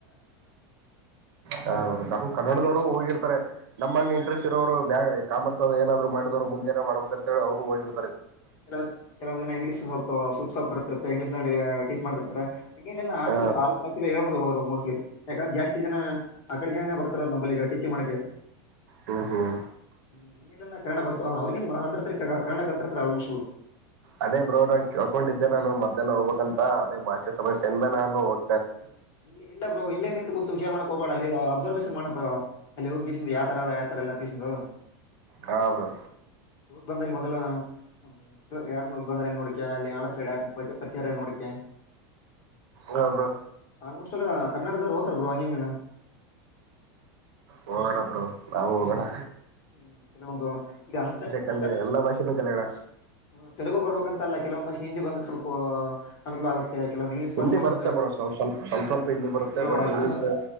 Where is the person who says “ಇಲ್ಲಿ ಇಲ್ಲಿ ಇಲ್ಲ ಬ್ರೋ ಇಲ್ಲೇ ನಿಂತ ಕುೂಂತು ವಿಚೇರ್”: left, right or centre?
Left